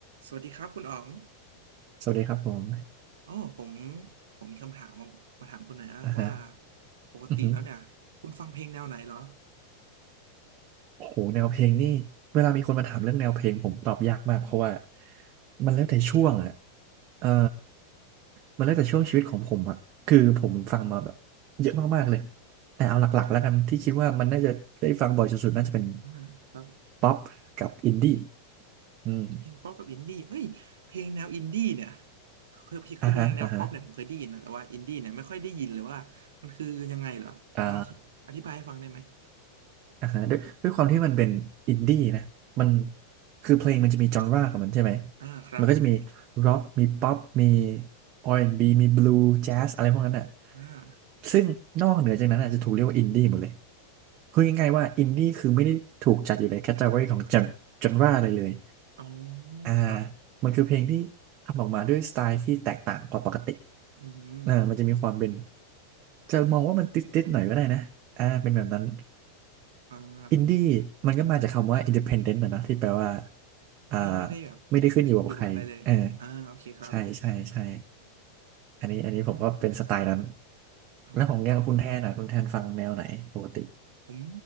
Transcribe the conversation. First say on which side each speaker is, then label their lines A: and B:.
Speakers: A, on the right; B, on the right.
A: สวัสดีครับคุณอ๋อง
B: สวัสดีครับผม
A: อ๋อผมผมมีคำถามมาถามคุณหน่อยนะว่า
B: อ่าฮะ
A: ปกติแล้วเนี่ยคุณฟังเพลงแนวไหนเหรอ
B: อือหือโอ้โหแนวเพลงนี่ เวลามีคนมาถามเรื่องแนวเพลงผมตอบยากมากเพราะว่ามันแล้วแต่ช่วงอะเออมันแล้วแต่ช่วงชีวิตของผมอะคือผมฟังมาแบบเยอะมากๆเลยแต่เอาหลักๆแล้วกันที่คิดว่ามันน่าจะได้ฟังบ่อยสุดๆน่าจะเป็น
A: อ่าครับ
B: ป๊อปกับอินดี้อืม
A: เพลงป๊อปกับอินดี้เอ้ยเพลงแนวอินดี้เนี่ยคือคือเพลงแนวป๊อปเนี่ยผมเคยได้ยินนะแต่ว่าอินดี้เนี่ยไม่ค่อยได้ยินเลยว่ามันคือยังไงเหรอลองอธิอธิบายให้ฟังได้ไหม
B: อ่าฮะอ่าฮะอ่า อ่าฮะด้วยด้วยความที่มันเป็นอินดี้นะมันคือเพลงมันจะมีจอนราของมันใช่ไหม
A: อ่าครับ
B: มันก็จะมีร็อกมีป๊อปมีอาร์แอนด์บ b มีบลูแจ๊สอะไรพวกนั้นอ่ะ
A: อ่า
B: ซึ่งนอกเหนือจากนั้นอ่ะจะถูกเรียกว่าอินดี้หมดเลยคือง่ายๆว่าอินดี้คือไม่ได้ถูกจัดอยู่ในแคตตา o r y ของจอนจอนราเลยเลย
A: อ๋อ
B: อ่า
A: ครับ
B: มันคือเพลงที่ทำออกมาด้วยสไตล์ที่แตกต่างกว่าปกติ
A: อืม
B: อ่ามันจะมีความเป็นจะมองว่ามันติดๆหน่อยก็ได้นะอ่าเป็นแบบนั้น
A: อ่า
B: อินดี้มันก็มาจากคำว่า independent นะเนอะที่แปลว่าอ่า
A: ไม่ไม่ได้แบบ
B: ไม่ได้ขึ้นอยู่กับใครเออ
A: อยู่กับอะไรเลยอ่าโอเคครับ
B: ใช่ใช่ใช่อันนี้อันนี้ผมก็เป็นสไตล์นั้น
A: อ๋อ
B: แล้วของเนี่ยคุณแทนอ่ะคุณแทนฟังแนวไหนปกติ
A: ผม